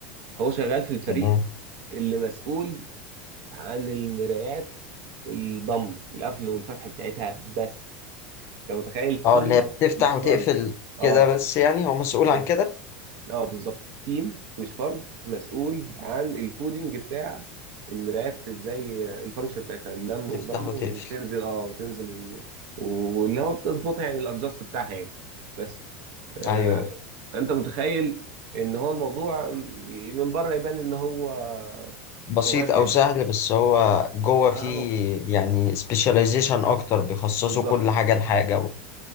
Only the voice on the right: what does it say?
هو شغال في الفريق
اللي مسؤول عن المرايات الضم القفل والفتح بتاعتها بس انت متخيل تيم
مش
فرد اه
ايوه
اه بالظبط تيم مش فرد مسؤول عن الكودينج بتاع المرايات ازاي الفانكشن بتاعتها اللم
وضم
وتنزل اه وتنزل و- و- واللي هو بتظبطها يعني الادجست بتاعها يعني بس آه
فانت متخيل ان هو الموضوع من بره يبان ان هو
صغير جدا
اهو
بالظبط